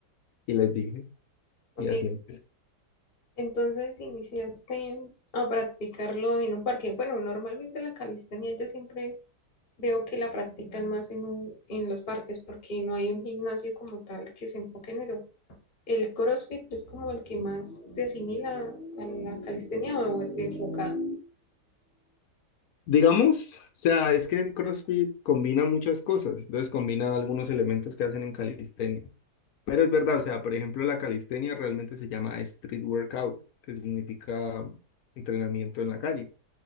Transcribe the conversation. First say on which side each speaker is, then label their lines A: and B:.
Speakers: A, on the left (about 70°); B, on the left (about 40°).
A: y les dije,
B: ok.
A: y así empecé.
B: Entonces iniciaste a practicarlo en un parque. Bueno, normalmente la calistenia yo siempre veo que la practican más en un- en los parques porque no hay un gimnasio como tal que se enfoque en eso. ¿El CrossFit es como el que más se asimila a la calistenia o es equivocada?
A: Digamos, o sea, es que el CrossFit combina muchas cosas, entonces combina algunos elementos que hacen en calistenia Pero es verdad, o sea, por ejemplo, la calistenia realmente se llama street workout, que significa entrenamiento en la calle.